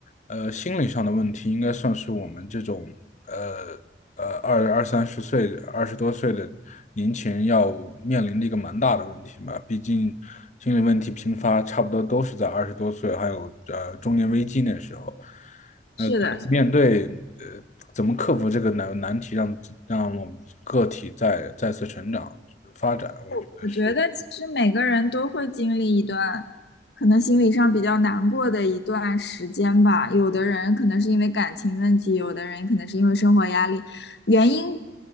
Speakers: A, on the left (about 45°); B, on the left (about 70°).
A: 呃，心理上的问题，应该算是我们这种，呃呃，二二三十岁、二十多岁的年轻人要面临的一个蛮大的问题吧。毕竟，心理问题频发，差不多都是在二十多岁，还有呃中年危机那时候。那面对呃，
B: 是的，
A: 怎么克服这个难难题让，让我们个体再再次成长发展，
B: 我我觉得其实每个人都会经历一段，
A: 我觉得是。
B: 可能心理上比较难过的一段时间吧。有的人可能是因为感情问题，有的人可能是因为生活压力，原因